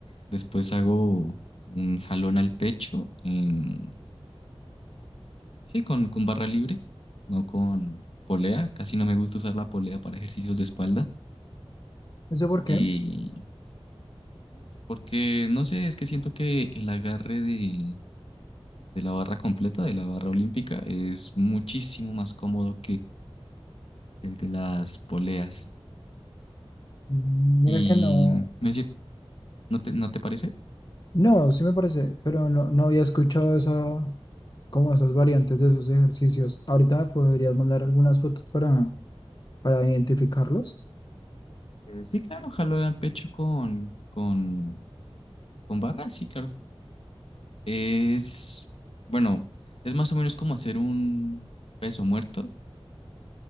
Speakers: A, on the left; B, on the left.
A: Después hago un jalón al pecho en- sí, con, con barra libre, no con polea. Casi no me gusta usar la polea para ejercicios de espalda.
B: no sé por
A: Y
B: qué.
A: uf, porque no sé, es que siento que el agarre de, de la barra completa, de la barra olímpica, es muchísimo más cómodo el de las poleas.
B: Mm,
A: Y
B: Mira que no.
A: me decía, ¿no te, no te parece?
B: No, sí me parece, pero no, no había escuchado esa, como esas variantes de esos ejercicios. Ahorita me podrías mandar algunas fotos para, para identificarlos.
A: Eh, sí, claro, jalo el pecho con, con, con barra, sí, claro. Es, bueno, es más o menos como hacer un peso muerto,